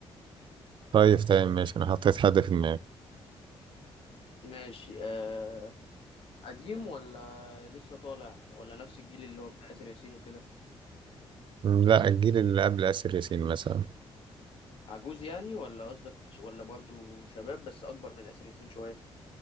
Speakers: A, on the right (about 50°); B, on the left (about 60°).
A: طيب تمام ماشي أنا حطيت حد في دماغي
B: ماشي آه قديم ولا لسه طالع ولا نفس الجيل اللي هو بتاع آسر ياسين وكده
A: مم، لا الجيل اللي قبل آسر ياسين مثلا
B: عجوز يعني ولا قصدك ش- ولا برضو شباب بس أكبر من آسر ياسين شوية